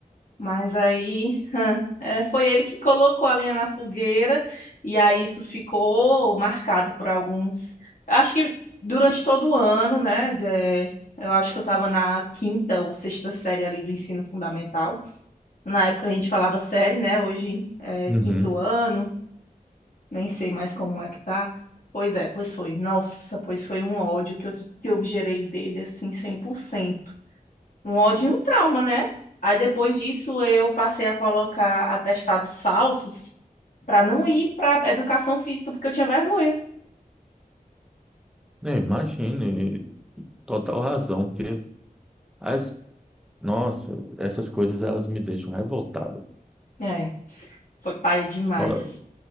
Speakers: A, on the left; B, in the centre.
A: Mas aí, hã, é, foi ele que colocou a lenha na fogueira e aí isso ficou marcado por alguns. Acho que durante todo o ano, né? de- eu acho que eu estava na quinta ou sexta série ali do ensino fundamental. Na época a gente falava série, né? Hoje é
B: Uhum.
A: quinto ano nem sei mais como é que tá. Pois é, pois foi. Nossa, pois foi um ódio que eu, que eu gerei dele, assim, cem por cento Um ódio e um trauma, né? Aí depois disso eu passei a colocar atestados falsos pra não ir pra educação física, porque eu tinha vergonha.
B: É, imagino, e- e total razão, porque as, nossa, essas coisas elas me deixam revoltado.
A: É, foi paia demais.
B: Escola,